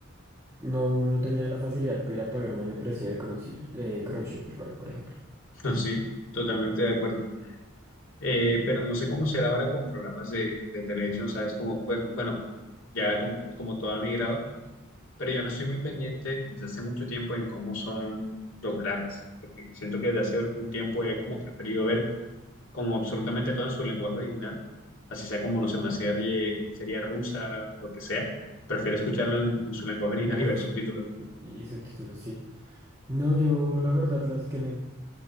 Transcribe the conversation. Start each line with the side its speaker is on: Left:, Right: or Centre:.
Right: no, uno no tenía la facilidad para ir a pagar una membresía de Crunchy- eh, Crunchyroll, por ejemplo,
Left: No, sí, totalmente de acuerdo. Eh, pero no sé cómo será ahora con programas de, de televisión, ¿sabes? Como, pues, bueno, ya com- como, todo ha migrado, pero yo no estoy muy pendiente desde hace mucho tiempo en cómo son doblajes, porque siento que desde hace un tiempo he como preferido ver como absolutamente todo en su lenguaje original, así sea como, no sé, una serie, serie rusa, lo que sea, prefiero escucharlo en, en su lenguaje original
Right: en
Left: y
Right: ruso,
Left: ver subtítulos.
Right: y, y subtítulos, sí. No, yo la verdad las que me entré